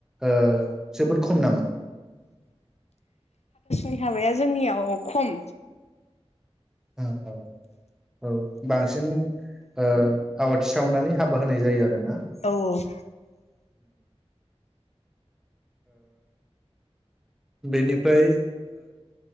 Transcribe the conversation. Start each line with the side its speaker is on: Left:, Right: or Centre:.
Centre: ओ जोबोद खम नामा
Left: नि हाबाया जोंनियाव खम
Centre: औ औ औ बांसिन आवाथि सावनानै हाबा होनाय जायो आरो ना
Left: औ औ
Centre: बेनिफ्राय